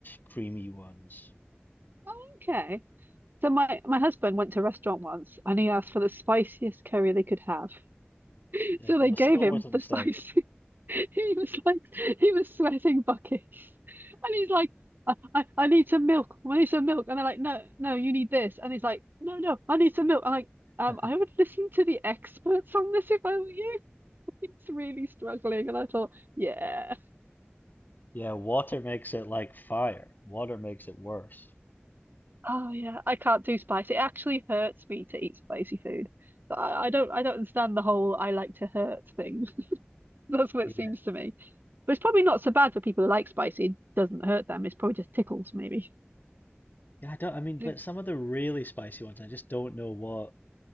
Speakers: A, on the left; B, on the right.
A: creamy ones.
B: Oh, okay. So my my husband went to a restaurant once and he asked for the spiciest curry they could have. <laughs>
A: Yeah,
B: So
A: it's
B: they
A: a mis-
B: gave
A: always
B: him
A: a mistake.
B: the spice. <laughs> He was like he was sweating buckets. And he's like, I, I, I need some milk. I need some milk. And they're like, no, no, you need this. And he's like, no, no, I need some milk. I'm like, um,
A: <laughs>
B: I would listen to the experts on this if I were you. <laughs> He's really struggling. And I thought, yeah.
A: Yeah, water makes it like fire. Water makes it worse.
B: Oh yeah, I can't do spice. It actually hurts me to eat spicy food. But I, I don't I don't understand the whole I like to hurt thing. <laughs> That's what
A: Yeah.
B: it seems to me. But it's probably not so bad for people who like spicy. It doesn't hurt them. It's probably just tickles maybe.
A: Yeah, I don't, I mean,
B: But
A: but some of the really spicy ones, I just don't know what